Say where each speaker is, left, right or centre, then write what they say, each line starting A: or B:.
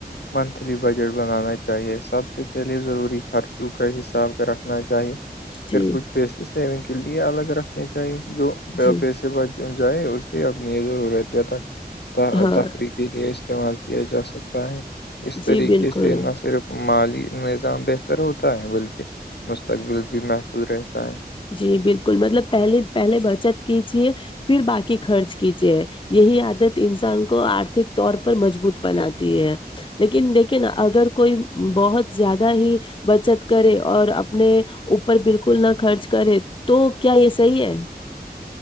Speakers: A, on the left; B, on the left.
A: منتھلی بجٹ بنانا چاہیے سب سے پہلے ضروری خرچوں کا حساب رکھنا چاہیے
B: جی
A: پھر کچھ پیسے سیونگ کے لیے الگ رکھنے چاہیے جو
B: جی
A: پیسے بچ جائے اس سے اپنی یہ ضرور رہتا تھا
B: ہاں
A: تفریح کے لیے استعمال کیا جا سکتا ہے اس طریقے
B: جی بالکل
A: سے نہ صرف مالی نظام بہتر ہوتا ہے بلکہ مستقبل بھی محفوظ رہتا ہے
B: جی بالکل مطلب پہلے پہلے بچت کیجیے پھر باقی خرچ کیجیے یہی عادت انسان کو آرتھک طور پر مضبوط بناتی ہے لیکن دیکھے نا اگر کوئی بہت زیادہ ہی بچت کرے اور اپنے اوپر بالکل نہ خرچ کرے تو کیا یہ صحیح ہے